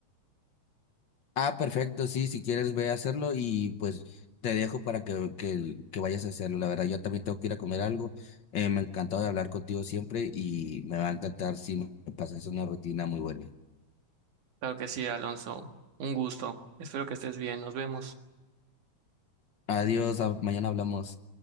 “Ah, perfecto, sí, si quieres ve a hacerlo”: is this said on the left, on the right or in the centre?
Left